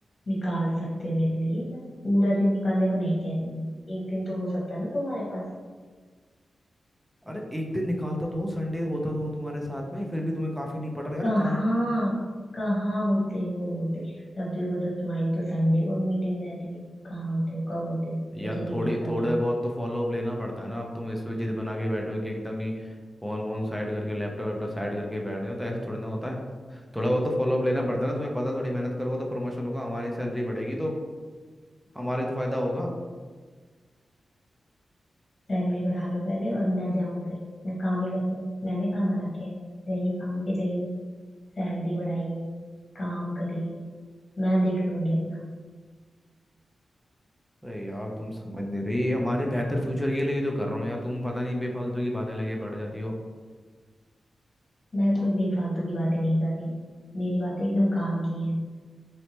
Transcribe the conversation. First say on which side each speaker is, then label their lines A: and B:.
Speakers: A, on the left; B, in the centre.
A: निकाल सकते हो मेरे लिए मैं पूरा दिन निकालने को नहीं कह रही हूँ एक दिन तो हो सकता है ना तुम्हारे पास
B: अरे एक दिन निकालता तो हूँ संडे होता तो हूँ तुम्हारे साथ में फिर भी तुम्हें काफी नहीं पड़ रहा यार
A: कहाँ
B: काम
A: कहाँ होते हो होते तब देखो तो तुम्हारी तो संडे को मीटिंग रहती है कहाँ होते हो कब होते हो
B: यार
A: मुझे नहीं
B: थोड़ी
A: दिखता
B: थोड़े
A: क्यों
B: बहुत तो फॉलोअप लेना पड़ता है ना अब तुम इस पे जिद बना के बैठे हो कि एकदम ही फोन वोन साइड करके लैपटॉप वैपटॉप साइड करके बैठ गए हो तो ऐसे थोड़ी ना होता है थोड़ा बहुत तो फॉलोअप लेना पड़ता है ना तुम्हें पता है, थोड़ी मेहनत करूंगा तो प्रमोशन होगा हमारी सैलरी बढ़ेगी तो हमारे तो फायदा होगा
A: सैलरी बढ़ा लो पहले और मैं जाऊं फिर मैं काम ही करूँ मैंने कहाँ मना किया है जाइए काम पे जाइए सैलरी बढ़ाइए काम करिए मैं देख लूंगी अपना
B: अरे यार तुम समझ नहीं रही ये हमारे बेहतर फ्यूचर के लिए ही तो कर रहा हूँ यार तुम पता नहीं बेफालतू की बातें लगे पड़ जाती हो
A: मैं कोई बेफालतू की बातें नहीं कर रही हूँ मेरी बातें एकदम काम की हैं